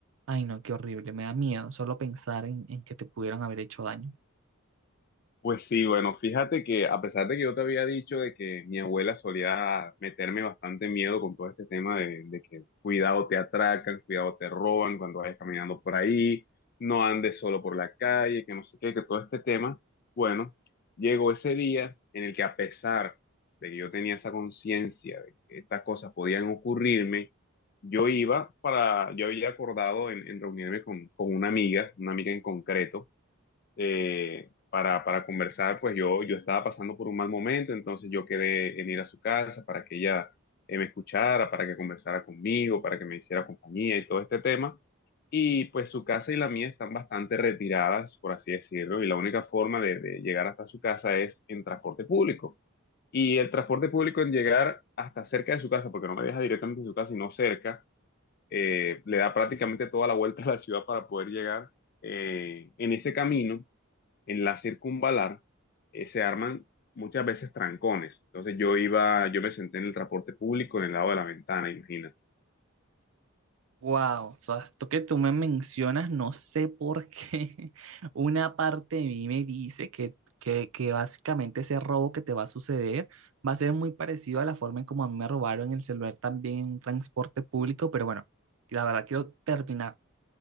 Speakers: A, on the right; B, on the left.
A: Ay, no, qué horrible, me da miedo solo pensar en, en que te pudieron haber hecho daño.
B: Pues sí, bueno, fíjate que a pesar de que yo te había dicho de que mi abuela solía meterme bastante miedo con todo este tema de, de que cuidado te atracan, cuidado te roban cuando vayas caminando por ahí, no andes solo por la calle, que no sé qué, que todo este tema, bueno, llegó ese día en el que a pesar de que yo tenía esa conciencia de que estas cosas podían ocurrirme, yo iba para, yo había acordado en, en reunirme con, con una amiga, una amiga en concreto eh, para, para conversar, pues yo, yo estaba pasando por un mal momento, entonces yo quedé en ir a su casa para que ella eh, me escuchara, para que conversara conmigo, para que me hiciera compañía y todo este tema. Y pues su casa y la mía están bastante retiradas, por así decirlo, y la única forma de, de llegar hasta su casa es en transporte público. Y el transporte público en llegar hasta cerca de su casa, porque no me deja directamente en su casa, sino cerca, eh, le da prácticamente toda la vuelta a la ciudad para poder llegar. eh, en ese camino en la circunvalar eh, se arman muchas veces trancones. Entonces yo iba, yo me senté en el transporte público en el lado de la ventana, imagínate.
A: Wow, o sea, esto que tú me mencionas, no sé por qué <laughs> una parte de mí me dice que, que, que básicamente ese robo que te va a suceder va a ser muy parecido a la forma en como a mí me robaron el celular también en un transporte público, pero bueno, la verdad quiero terminar